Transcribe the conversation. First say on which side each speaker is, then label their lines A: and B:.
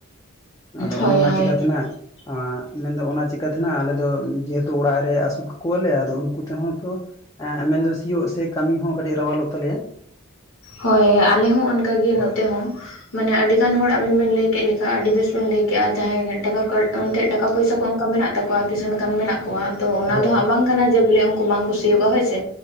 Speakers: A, on the left; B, on the left.
A: ᱟᱫᱚ
B: ᱦᱳᱭ
A: ᱚᱱᱟ
B: ᱦᱳᱭ
A: ᱪᱤᱠᱟᱛᱮᱱᱟᱜ
B: <unintelligible>
A: ᱢᱮᱱᱫᱚ ᱚᱱᱟ ᱪᱤᱠᱟᱛᱮᱱᱟ ᱟᱞᱮ ᱫᱚ ᱡᱮᱦᱮᱛᱩ ᱚᱲᱟᱜ ᱨᱮ ᱟᱹᱥᱩᱞ ᱠᱟᱠᱚᱣᱟᱞᱮ ᱟᱫᱚ ᱩᱱᱠᱩ ᱛᱮᱦᱚᱸ ᱛᱚ ᱢᱮᱱᱫᱚ ᱥᱤᱭᱳᱜ ᱥᱮ ᱠᱟᱹᱢᱤ ᱦᱚᱸ ᱠᱟᱹᱴᱤᱡ ᱨᱟᱣᱟᱞᱚᱜ ᱛᱟᱞᱮᱭᱟ᱾
B: ᱦᱳᱭ ᱟᱞᱮ ᱦᱚᱸ ᱚᱱᱠᱟᱜᱮ
A: ᱦᱳᱭ
B: ᱱᱚᱛᱮ ᱦᱚᱸ ᱢᱟᱱᱮ ᱟᱹᱰᱤ ᱜᱟᱱ ᱦᱚᱲ ᱟᱵᱮᱱ ᱵᱮᱱ ᱞᱟᱹᱭ ᱠᱮᱫ ᱞᱮᱠᱟ ᱟᱹᱰᱤ ᱵᱮᱥ ᱵᱮᱱ ᱞᱟᱹᱭᱠᱮᱜᱼᱟ ᱡᱟᱦᱟᱸᱭ ᱴᱟᱠᱟ ᱠᱟ ᱮᱱᱛᱮᱫ ᱴᱟᱠᱟ ᱯᱚᱭᱥᱟ ᱠᱚ ᱚᱱᱠᱟ ᱢᱮᱱᱟᱜ ᱛᱟᱠᱚᱣᱟ ᱠᱤᱥᱟᱹᱬ ᱜᱟᱱ ᱢᱮᱱᱟᱜ ᱠᱚᱣᱟ ᱛᱚ ᱚᱱᱟ
A: ᱦᱳᱭ
B: ᱫᱚ ᱦᱟᱸᱜ ᱵᱟᱝ ᱠᱟᱱᱟ ᱡᱮ ᱵᱚᱞᱮ ᱩᱱᱠᱩ ᱵᱟᱝ ᱥᱤᱭᱳᱜᱼᱟ ᱦᱳᱭ ᱥᱮ᱾